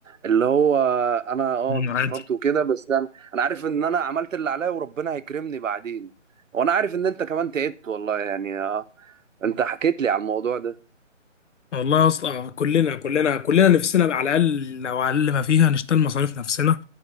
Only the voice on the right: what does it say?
اللي هو انا اه
اتاخرت
وكده بس انا انا عارف ان انا عملت اللي عليا وربنا هيكرمني بعدين وانا عارف ان انت كمان تعبت والله يعني آه. انت حكيت لي على الموضوع ده